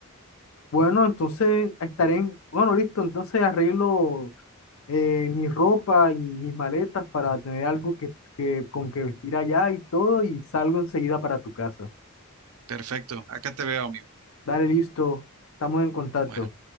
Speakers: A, on the left; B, on the right.
A: Bueno, entonces estaré en, bueno, listo, entonces arreglo eh, mi ropa y mis maletas para tener algo que, que, con que vestir allá y todo, y salgo enseguida para tu casa.
B: Perfecto, acá te veo, amigo.
A: Dale, listo, estamos en contacto.
B: Bueno, ok.